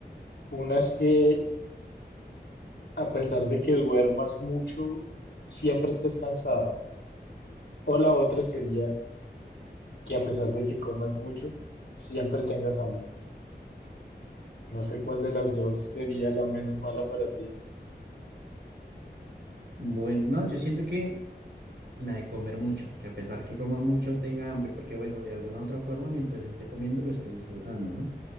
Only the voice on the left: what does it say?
Una es que A pesar de que duermas mucho, siempre estés cansado. O la otra sería que a pesar de que comas mucho, siempre tengas hambre. No sé cuál de las dos sería la menos mala para ti.